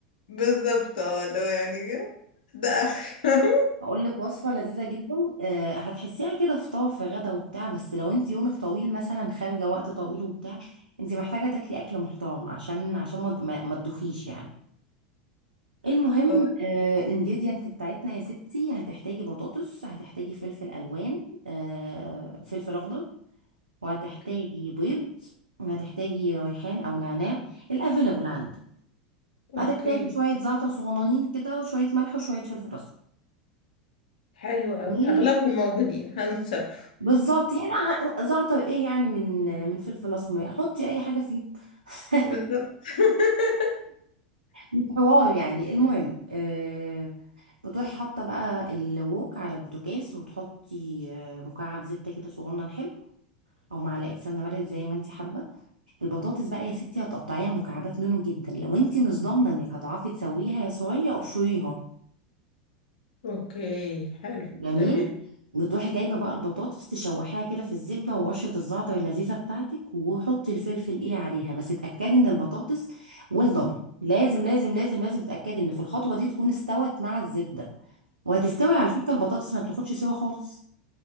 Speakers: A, on the left (about 65°); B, on the right (about 80°).
A: بالظبط اه اللي هو يعني ده اخر
B: هقول لك وصفه لذيذه جدا أه هتحسيها كده فطار في غدا وبتاع بس لو انت يومك طويل مثلا خارجه وقت طويل وبتاع انت محتاجه تاكلي اكل محترم عشان عشان ما ما ما تدوخيش يعني المهم
A: <laughs>
B: آه الانجريدينت بتاعتنا يا ستي هتحتاجي بطاطس هتحتاجي فلفل الوان آه فلفل اخضر وهتحتاجي
A: اوكي
B: بيض وهتحتاجي ريحان او نعناع الافيلابل عندك
A: اوكي
B: وهتحتاجي شويه زعتر صغننين كده وشويه ملح وشويه فلفل اسمر
A: حلو قوي
B: جميل
A: اغلبهم موجودين هنتصرف
B: بالظبط يعني ع- زعتر ايه يعني من من فلفل اسمر حطي اي حاجه فيه <laughs>
A: بالظبط <laughs>
B: مش حوار يعني المهم آه، بتروحي حاطه بقى الوك على البوتاجاز وتحطي آه، مكعب زبده كده صغنن حلو او معلقه سمنه بلدي زي ما انت حابه البطاطس بقى يا ستي هتقطعيها مكعبات نونو جدا لو انت مش ضامنه انك هتعرفي تسويها يا صويا ابشريها
A: اوكي حلو
B: جميل
A: تمام
B: بتروحي جايبه بقى البطاطس تشوحيها كده في الزبده ورشه الزعتر اللذيذه بتاعتك وحطي الفلفل ايه عليها بس اتاكدي ان البطاطس ويل دون لازم لازم لازم لازم تتاكدي ان في الخطوه دي تكون استوت مع الزبده وهتستوي على فكره البطاطس ما بتاخدش سوا خالص